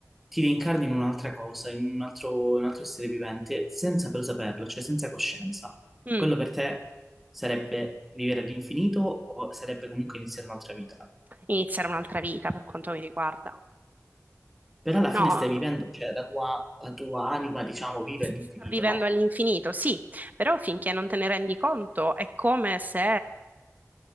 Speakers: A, in the centre; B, on the right (about 30°).
A: ti reincarni in un'altra cosa, in un altro, un altro essere vivente, senza però saperlo, cioè senza coscienza.
B: mm,
A: Quello per te sarebbe vivere all'infinito o sarebbe comunque iniziare un'altra vita?
B: iniziare un'altra vita per quanto mi riguarda.
A: Però alla
B: No,
A: fine stai vivendo, cioè la tua, la tua anima, diciamo, vive
B: sta
A: all'infinito,
B: vivendo
A: no?
B: all'infinito, sì, però finché non te ne rendi conto è come se,